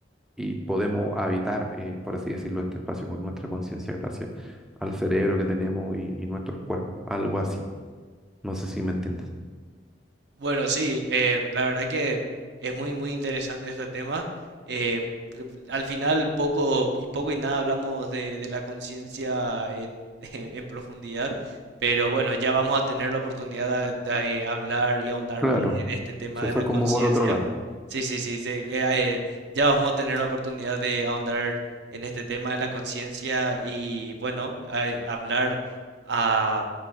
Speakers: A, in the centre; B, on the right.
A: Y podemos habitar, eh, por así decirlo, este espacio con nuestra conciencia gracias al cerebro que tenemos y, y nuestro cuerpo, algo así. No sé si me entiendes.
B: Bueno, sí, eh, la verdad que es muy, muy interesante este tema. Eh, <laughs> al final, poco y poco y nada hablamos de, de la conciencia en, <laughs> en profundidad, pero bueno, ya vamos a tener la oportunidad de, de hablar y ahondar
A: Claro,
B: más en este tema
A: se
B: de
A: fue
B: la conciencia.
A: como por otro lado.
B: Sí, sí, sí, sí, eh, eh, ya vamos a tener la oportunidad de ahondar en este tema de la conciencia y bueno, a- hablar a